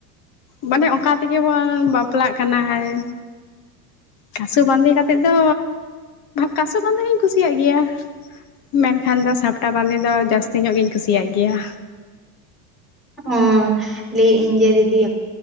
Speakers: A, on the left (about 50°); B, in the centre.
A: ᱢᱟᱱᱮ ᱚᱝᱠᱟ ᱛᱮᱜᱮ ᱵᱚᱱ ᱵᱟᱯᱞᱟᱜ ᱠᱟᱱᱟ ᱦᱟᱭ ᱠᱟᱥᱳ ᱵᱟᱸᱫᱮ ᱠᱟᱛᱮᱫ ᱫᱚ ᱠᱟᱥᱳ ᱵᱟᱸᱫᱮ ᱦᱚᱸᱧ ᱠᱩᱥᱤᱭᱟᱜ ᱜᱤᱭᱟ ᱾ ᱢᱮᱱᱠᱷᱟᱱ ᱫᱚ ᱥᱟᱯᱴᱟ ᱵᱟᱸᱫᱮ ᱫᱚ ᱡᱟᱹᱥᱛᱤ ᱧᱚᱜ ᱜᱤᱧ ᱠᱩᱥᱤᱭᱟᱜ ᱜᱮᱭᱟ
B: ᱚ ᱞᱟᱹᱭ ᱤᱧ ᱡᱮ ᱫᱤᱫᱤ